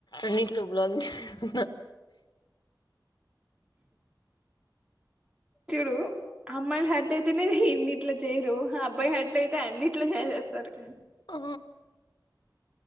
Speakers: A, on the left; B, on the right.
A: అన్నిట్లో <unintelligible>
B: చూడు అమ్మాయిల హట్ట్ అయితేనే ఇన్నిట్లో చేయరు అబ్బాయి హట్ అయితే అన్నింటిలో చేసేస్తారు
A: ఆ